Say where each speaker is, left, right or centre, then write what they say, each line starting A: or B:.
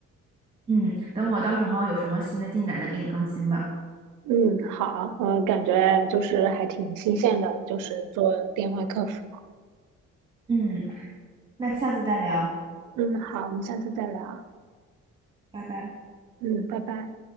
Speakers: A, on the right; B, on the right.
A: 嗯，等我到时候有什么新的进展再给你更新吧。
B: 嗯，好，我感觉就是还挺新鲜的，就是做电话客服。
A: 嗯，那下次再聊，
B: 嗯，好，我们下次再聊。
A: 拜拜。
B: 嗯，拜拜。